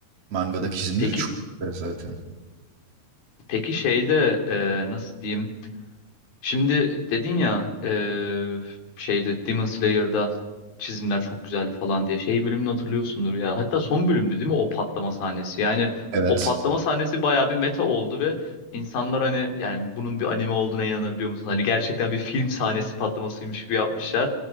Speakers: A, on the right (about 45°); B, on the left (about 75°).
A: mangadaki çizimleri
B: Peki
A: çok güzel zaten.
B: peki şeyde e, nasıl diyeyim? Şimdi dedin ya eee, şeyde Demon Slayer'da çizimler çok güzeldi falan diye şey bölümünü hatırlıyorsundur ya. Hatta son bölümdü değil mi o patlama sahnesi? Yani
A: Evet.
B: o patlama sahnesi bayağı bir meta oldu ve insanlar hani yani bunun bir anime olduğuna inanabiliyor musun? Hani gerçekten bir film sahnesi patlamasıymış gibi yapmışlar.